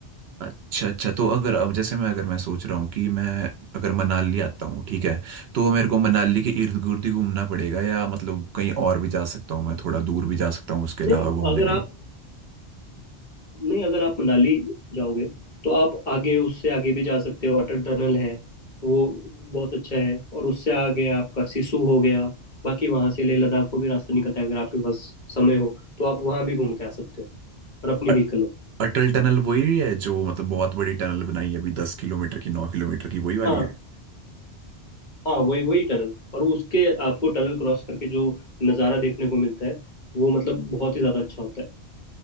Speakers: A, on the right; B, on the left.
A: अच्छा अच्छा तो अगर अब जैसे मैं अगर मैं सोच रहा हूँ कि मैं अगर मनाली आता हूँ ठीक है तो मेरे को मनाली के इर्द गिर्द ही घूमना पड़ेगा या मतलब कहीं और भी जा सकता हूँ मैं थोड़ा दूर भी जा सकता हूँ उसके अलावा
B: नहीं
A: घूमने
B: अगर
A: कहीं
B: आप नहीं अगर आप मनाली जाओगे तो आप आगे उससे आगे भी जा सकते हो अटल टनल है वो बहुत अच्छा है और उससे आगे आपका सिसु हो गया बाकी वहां से लेह लद्दाख को भी रास्ता निकलता है अगर आपके पास समय हो तो आप वहां भी घूम के आ सकते हो और अपनी
A: अ-
B: व्हीकल हो
A: अटल टनल वही है जो मतलब बहुत बड़ी टनल बनाई है अभी दस किलोमीटर की नौ किलोमीटर की वही
B: हाँ
A: वाली है
B: हाँ वही वही टनल और उसके आपको टनल क्रॉस करके जो नज़ारा देखने को मिलता है वो मतलब बहुत ही ज़्यादा अच्छा होता है